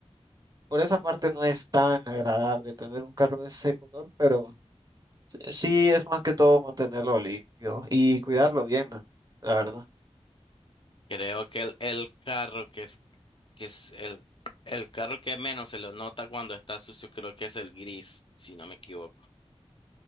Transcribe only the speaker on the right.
por esa parte no es tan agradable tener un carro de ese color, pero... Sí, es más que todo mantenerlo limpio y cuidarlo bien, ¿no? La verdad.